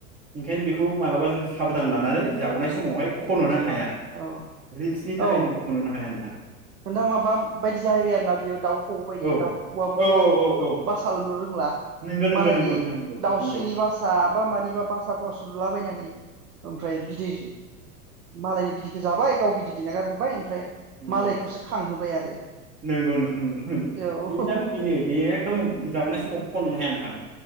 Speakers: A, on the right (about 15°); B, on the right (about 80°).
A: ओंखायनो बेखौ मालाबा जों साबधान लानानै जावनाय समावहाय खन'नो
B: नंगौ
A: हा- हाया
B: औ
A: रिक्सनि थाखाय
B: औ
A: जों खन'नो हाया नोंथां।
B: नोंथां माबा बायदि जाहैबाय आरोना बियो दाउ खौऔ बायदि
A: औ
B: दाउ खौऔबोथ'
A: औ
B: गाव
A: औ औ औ
B: बासा लुननो रोंला
A: नंगौ नंगौ
B: मालायनि
A: नंगौ नोंथां नंगौ
B: दाउस्रिनि
A: नंगौ
B: बासा बा मानिबा बासाफ्रावसो लुलाबायनानै ओमफ्राय बिदै मालायनि बिदैखौ जाबाय गाव बिदै दै नागारबोबाय ओमफ्राय
A: नंगौ।
B: मालायखौसो खांहोबाय आरो
A: नंगौ नों नंगौ नंगौ
B: औ
A: बेनाबो बेनो बे एकदम जाबावनाय समाव खन'नो हाया थां